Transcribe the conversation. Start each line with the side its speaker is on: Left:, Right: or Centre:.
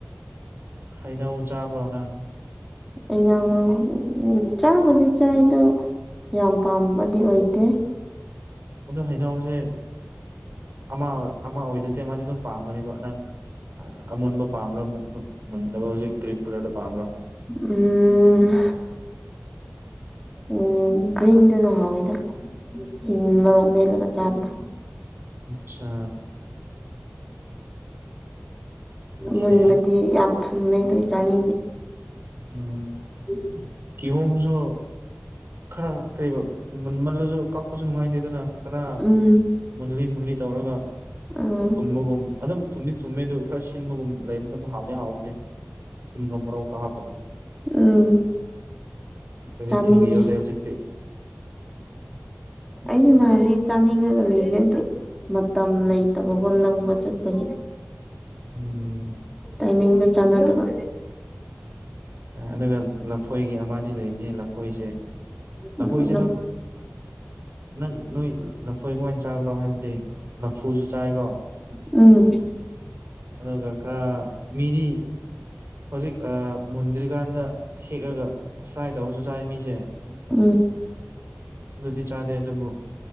Right: ꯍꯩꯅꯧ ꯆꯥꯕ꯭ꯔꯣ ꯅꯪ
Centre: ꯍꯩꯅꯧ ꯆꯥꯕꯨꯗꯤ ꯆꯥꯏꯗꯣ ꯌꯥꯝ ꯄꯥꯝꯕꯗꯤ ꯑꯣꯏꯗꯦ
Right: ꯑꯗꯨ ꯍꯩꯅꯧꯁꯦ ꯑꯃ ꯑꯃ ꯑꯣꯏꯗ꯭ꯔꯗꯤ ꯑꯃꯗꯤꯗꯤ ꯑꯗꯨꯝ ꯄꯥꯝꯒꯅꯦꯕ ꯅꯪ ꯑꯃꯨꯟꯕ ꯄꯥꯝ꯭ꯕꯔ ꯃꯨꯟ ꯃꯨꯟꯗꯕ ꯍꯧꯖꯤꯛ ꯒ꯭ꯔꯤꯟ ꯀꯂꯔꯗꯣ ꯄꯥꯝ꯭ꯔꯥ
Centre: ꯎꯝ ꯎꯝ ꯒ꯭ꯔꯤꯟꯗꯨꯅ ꯍꯥꯎꯋꯦꯗ ꯁꯤꯡ ꯃꯣꯔꯣꯛ ꯃꯦꯠꯂꯒ ꯆꯥꯕꯗꯣ
Right: ꯑꯆꯥ ꯑꯣꯀꯦ
Centre: ꯃꯨꯟꯕꯗꯤ ꯌꯥꯝ ꯊꯨꯝꯃꯦ ꯑꯗꯨ ꯆꯥꯅꯤꯡꯗꯦ
Right: ꯎꯝ
Centre: ꯩ <inaudible>
Right: ꯀꯤꯍꯣꯝꯁꯨ ꯈꯔ ꯀꯩꯕ ꯃꯨꯟꯃꯜꯂꯁꯨ ꯀꯛꯄꯁꯨ ꯅꯨꯡꯉꯥꯏꯇꯦꯗꯅ ꯈꯔ
Centre: ꯎꯝ
Right: ꯃꯨꯜꯂꯤ ꯃꯨꯂꯤ ꯇꯧꯔꯒ
Centre: ꯎꯝ
Right: ꯇꯨꯝꯕꯒꯨꯝ ꯑꯗꯨꯝ ꯊꯨꯝꯗꯤ ꯊꯨꯝꯃꯦ ꯑꯗꯨ ꯈꯔ ꯁꯤꯟꯕꯒꯨꯝꯕ ꯂꯩꯕ ꯃꯇꯝꯗ ꯍꯥꯎꯗꯤ ꯍꯥꯎꯕꯅꯦ ꯊꯨꯝꯒ ꯃꯣꯔꯣꯛꯀ ꯍꯥꯞꯄꯗꯣ
Centre: ꯎꯝ
Right: ꯈꯣꯏꯗꯤ
Centre: ꯆꯥꯅꯤꯡꯉꯦ
Right: ꯇꯤꯟꯒ ꯌꯣꯠꯂꯦ ꯍꯧꯖꯤꯛꯇꯤ
Centre: ꯑꯩꯁꯨ ꯅꯍꯥꯟꯗꯤ ꯆꯥꯅꯤꯡꯉꯒ ꯂꯩꯕꯅꯦ ꯑꯗꯨ ꯃꯇꯝ ꯂꯩꯇꯕꯕꯣ ꯂꯧꯕ ꯆꯠꯄꯒꯤ
Right: ꯎꯝ
Centre: ꯇꯥꯏꯃꯤꯡꯒ ꯆꯥꯟꯅꯗꯕ
Right: ꯑꯗꯨꯒ ꯂꯐꯣꯏꯒꯤ ꯑꯃꯗꯤ ꯂꯩꯕꯅꯤ ꯂꯐꯣꯏꯁꯦ ꯂꯐꯣꯏꯁꯦ
Centre: ꯎꯝ
Right: ꯑꯗꯨꯝ ꯅꯪ ꯅꯣꯏ ꯂꯐꯣꯏ ꯀꯃꯥꯏꯅ ꯆꯥꯕ꯭ꯔꯣ ꯍꯥꯏꯕꯗꯤ ꯂꯐꯨꯁꯨ ꯆꯥꯏꯀꯣ
Centre: ꯎꯝ
Right: ꯑꯗꯨꯒ ꯈꯔ ꯃꯤꯗꯤ ꯍꯧꯖꯤꯛ ꯑꯥ ꯃꯨꯟꯗ꯭ꯔꯤꯀꯥꯟꯗ ꯍꯦꯛꯑꯒ ꯐ꯭ꯔꯥꯏ ꯇꯧꯔꯁꯨ ꯆꯥꯏ ꯃꯤꯁꯦ
Centre: ꯎꯝ
Right: ꯑꯗꯨꯗꯤ ꯆꯥꯗꯦ ꯑꯗꯨꯕꯨ